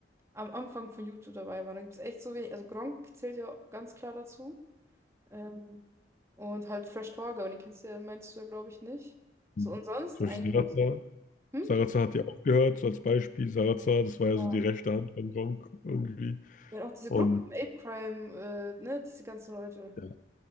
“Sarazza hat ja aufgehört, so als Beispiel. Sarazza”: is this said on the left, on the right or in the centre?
Left